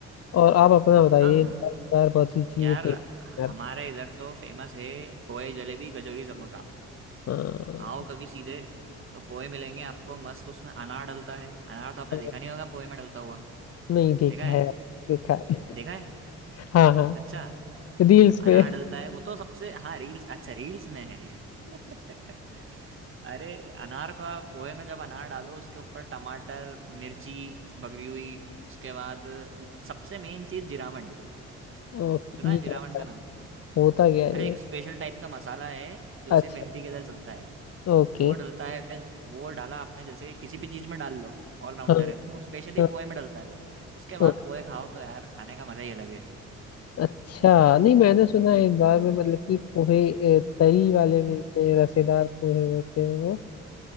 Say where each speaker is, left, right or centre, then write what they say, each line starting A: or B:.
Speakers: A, on the left; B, on the right.
A: और आप अपना बताइए
B: हाँ हम
A: दाल बहुत ही चीजें
B: यार
A: फेमस
B: हमारे इधर तो फेमस है पोए जलेबी कचौरी समोसा
A: हाँ
B: आओ कभी सीधे तो पोए मिलेंगे आपको मस्त उसमें अनार डलता है अनार तो आपने
A: हाँ,
B: देखा नहीं होगा पोए में डलता हुआ
A: नहीं देखा
B: देखा है
A: है देखा है
B: देखा है
A: हाँ हाँ
B: अच्छा
A: रील्स
B: अनार
A: पे
B: डलता है वो तो सबसे हाँ रील्स अच्छा रील्स में है <laughs> अरे अनार को आप पोहे में जब अनार डालो उसके ऊपर टमाटर मिर्ची बगरी हुई उसके बाद सबसे मेन चीज जिरावन
A: ओ,
B: सुना
A: ये
B: है जिरावन
A: क्या होता
B: का
A: है?
B: नाम
A: होता क्या है
B: अरे एक
A: ये
B: स्पेशल टाइप का मसाला है जो
A: अच्छा
B: सिर्फ एमपी के इधर चलता है
A: ओके
B: वो डलता है वो डाला आपने जैसे किसी भी चीज में डाल लो ऑलराउंडर
A: हाँ
B: है वो और स्पेशली
A: हाँ
B: पोहे में डलता है वो उसके बाद
A: ओके
B: पोहे खाओ तो यार खाने का मजा ही अलग है
A: अच्छा नहीं मैंने सुना है इंदौर में मतलब कि पोहे ए, तरी वाले मिलते हैं रसेदार पोहे होते हैं वो